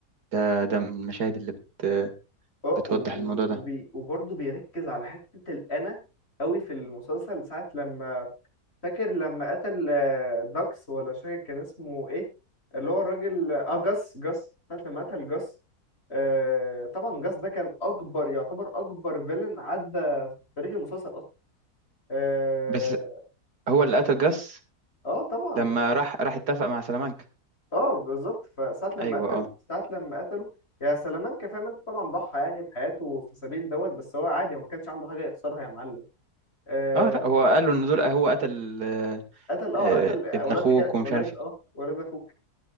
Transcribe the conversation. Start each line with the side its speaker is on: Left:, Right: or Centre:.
Right: ده ده من المشاهد اللي بت
Left: اه
Right: بتوضح
Left: و-
Right: الموضوع ده
Left: وبي وبرضه بيركز على حتة الأنا قوي في المسلسل ساعة لما فاكر لما قتل آه، داكس ولا مش فاكر كان اسمه ايه اللي هو الراجل اه آه، جاس جاس ساعة لما قتل جاس آه طبعا جاس ده كان أكبر يعتبر أكبر فيلن عدى في تاريخ المسلسل أصلا اه
Right: بس هو اللي قتل جاس
Left: آه، طبعا
Right: لما راح راح اتفق مع سلامانكا
Left: اه بالظبط فساعة لما
Right: ايوه
Left: قتل
Right: اه
Left: ساعة لما قتله يا سلامانكا فاهم انت طبعا ضحى يعني بحياته في سبيل دوت بس هو عادي هو ما كانش عنده حاجة يخسرها يا معلم آه
Right: اه لا هو قال له ان دول هو قتل آه،
Left: قتل اه
Right: آه،
Left: قتل اولاد
Right: ابن اخوك
Left: خال
Right: ومش
Left: اولاد
Right: عارف إيه.
Left: اه ولاد اخوك